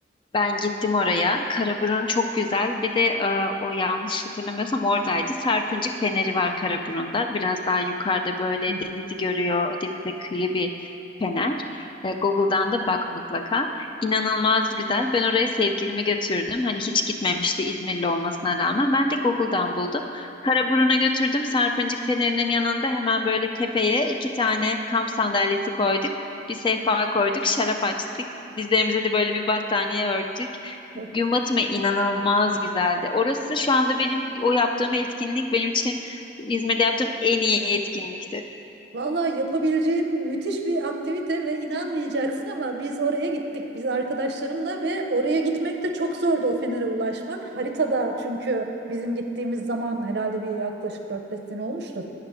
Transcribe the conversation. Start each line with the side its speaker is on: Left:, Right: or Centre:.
Left: Ben gittim oraya. Karaburun çok güzel. Bir de e, o yanlış hatırlamıyorsam oradaydı. Sarpıncık Feneri var Karaburun'da. Biraz daha yukarıda böyle
Right: Hı.
Left: denizi görüyor. O Denize kıyı bir fener. E, Google'dan da bak mutlaka. İnanılmaz güzel. Ben oraya sevgilimi götürdüm. Hani hiç gitmemişti İzmirli olmasına rağmen. Ben de Google'dan buldum. Karaburun'a götürdüm. Sarpıncık Feneri'nin yanında hemen böyle tepeye iki tane kamp sandalyesi koyduk. Bir sehpa koyduk, şarap açtık. Dizlerimize de böyle bir battaniye örttük.
Right: Aa,
Left: Gün batımı inanılmaz güzeldi. Orası şu anda benim o yaptığım etkinlik benim için İzmir'de yaptığım en iyi etkinlikti.
Right: Vallahi yapabileceğin müthiş bir aktivite ve inanmayacaksın ama biz oraya gittik. Biz arkadaşlarımla ve oraya gitmek de çok zordu o Fener'e ulaşmak. Haritada çünkü bizim gittiğimiz zaman herhalde bir yaklaşık dört beş sene olmuştur.